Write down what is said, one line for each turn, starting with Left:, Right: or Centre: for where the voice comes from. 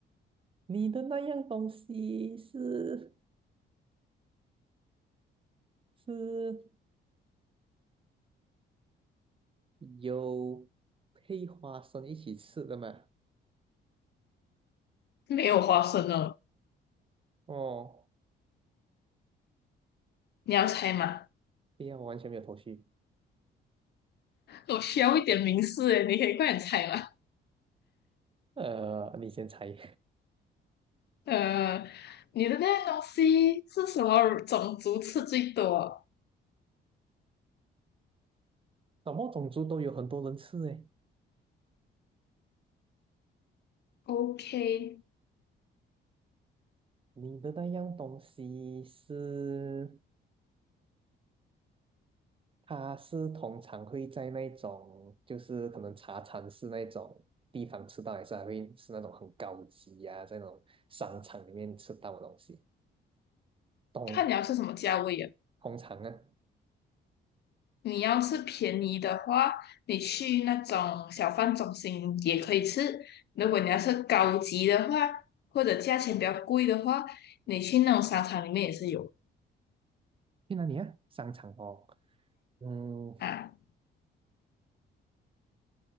Right: 你的那样东西是是有配花生一起吃的吗？
Left: 没有花生了，
Right: 哦，
Left: 你要猜吗？
Right: 对呀，我完全没有头绪。
Left: 我需要一点名示诶，你可以快点猜吗？
Right: 呃，你先猜，
Left: 呃，你的那样东西是什么种族吃最多
Right: <laughs> 什么种族都有很多人吃诶。
Left: ？OK，
Right: 你的那样东西是，它是通常会在那种，就是可能茶餐室那种地方吃到，还是还会是那种很高级呀、在那种商场里面吃到的东西。通
Left: 看你要吃什么价位啊。
Right: 通常啊，
Left: 你要是便宜的话，你去那种小贩中心也可以吃；如果你要是高级的话，或者价钱比较贵的话，你去那种商场里面也是有
Right: 去哪里啊？商场哦。嗯，
Left: 啊。